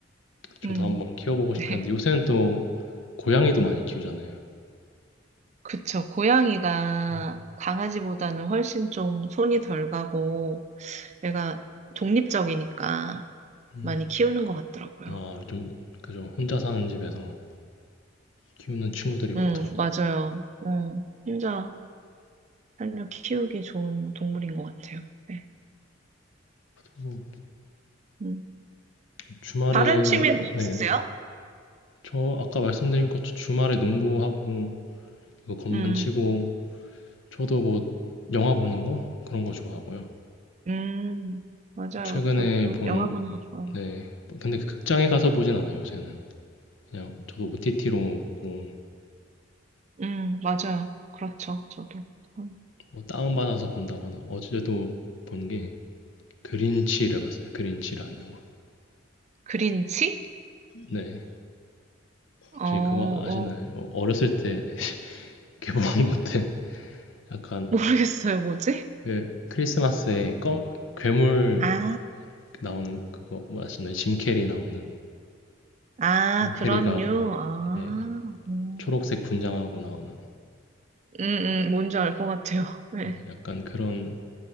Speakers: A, on the left (about 70°); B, on the right (about 35°).
A: 저도
B: 음.
A: 한번 키워보고 싶긴
B: <laughs>
A: 한데 요새는 또 고양이도 많이 키우잖아요.
B: 그쵸. 고양이가
A: 음,
B: 강아지보다는 훨씬 좀 손이 덜 가고, 얘가 독립적이니까
A: 음,
B: 많이 키우는 것 같더라고요.
A: 음. 아, 좀 그죠. 혼자 사는 집에서 키우는 친구들이 많더라고요.
B: 음, 맞아요. 음, 혼자 살려 키우기 좋은 동물인 것 같아요. 네.
A: 뭐,
B: 음.
A: 주말에는
B: 다른 취미
A: 네,
B: 있으세요?
A: 저 아까 말씀드린 것처럼 주말에 농구하고 이거 건반
B: 음.
A: 치고 저도 뭐 영화 보는 거 그런 거 좋아하고요.
B: 음, 맞아요.
A: 최근에
B: 저도
A: 본
B: 영화 보는 거 좋아요.
A: 네. 근데 그 극장에 가서 보진 않아요, 요새는. 그냥 저도 OTT로 보고
B: 음, 맞아요. 그렇죠. 저도. 음,
A: 뭐 다운받아서 본다거나 어제도 본 게 그린치를 봤어요. 그린치라는 영화.
B: 그린치?
A: 네.
B: 어,
A: 혹시 그거 아시나요?
B: 어,
A: 어, 어렸을 때 <laughs> 개봉한 것 같아. 약간
B: 모르겠어요. 뭐지?
A: 그 크리스마스에 껌, 괴물
B: 아,
A: 나오는 그거 뭐 아시나요? 짐 캐리 나오는
B: 아,
A: 짐
B: 그런
A: 캐리가
B: 류. 아,
A: 네,
B: 음,
A: 초록색 분장하고 나오는
B: 음, 음, 뭔지 알 것 같아요. <laughs> 네.
A: 네, 약간 그런